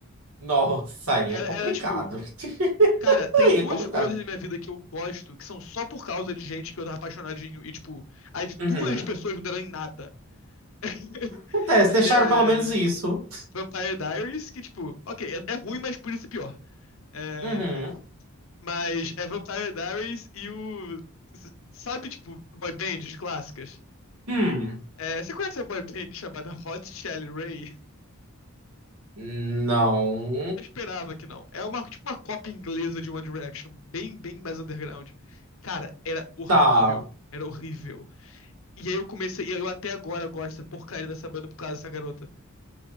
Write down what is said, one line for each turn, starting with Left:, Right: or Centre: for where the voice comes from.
Right: Nossa, aí
Left: Era,
Right: é complicado.
Left: era tipo,
Right: <laughs>
Left: cara, tem
Right: Aí
Left: duas
Right: é complicado.
Left: coisas na minha vida que eu gosto que são só por causa de gente que eu tava apaixonadinho e, tipo, as duas
Right: Uhum.
Left: pessoas não deram em nada. <laughs>
Right: Acontece,
Left: Que
Right: deixaram
Left: é
Right: pelo menos isso.
Left: Vampire Diaries, que, tipo, ok, é, é ruim, mas por isso é pior. É,
Right: Uhum.
Left: Mas é Vampire Diaries e o. Sabe, tipo, boy bands clássicas?
Right: Hum.
Left: É, você conhece a boy band <laughs> chamada Hot Shelly Ray?
Right: Não.
Left: Eu esperava que não. É uma, tipo uma cópia inglesa de One Direction, bem, bem mais underground. Cara, era horrível.
Right: Tá.
Left: Era horrível. E aí eu comecei, e eu até agora gosto dessa porcaria dessa banda por causa dessa garota.